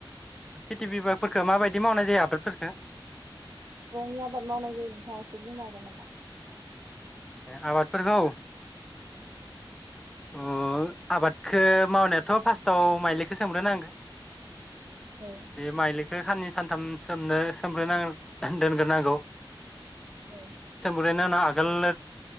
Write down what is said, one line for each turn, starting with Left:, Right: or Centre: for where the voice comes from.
Centre: खेथि बिभागफोरखौ माबायदि मावनाय जायो आबादफोरफोरखौ
Right: न'नि आबाद मावनाय जायो नोंथाङा एसे बुंनो हागोन नामा?
Centre: ए आबादफोरखौ
Right: औ
Centre: अ आबादखौ मावनायाथ' फार्स्टआव माइलिखौ सोमग्रोनांगोन ।
Right: औ
Centre: बे माइलि बे साननै सानथाम सोमनो सोमग्रोना दोनग्रोनांगौ ।
Right: औ
Centre: <unintelligible> आगोल